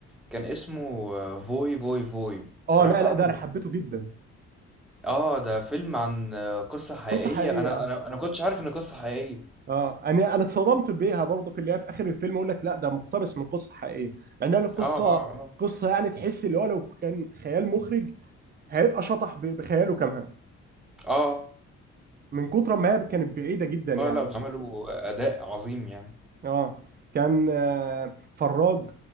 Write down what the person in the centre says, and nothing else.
كان اسمه آه، فوي فوي فوي
سمعت
عنه
ده
اه ده فيلم عن آه، قصة حقيقية
انا
انا انا كنتش عارف ان قصة حقيقية
اه اه اه
اه
اه لا بس عملوا اداء عظيم يعني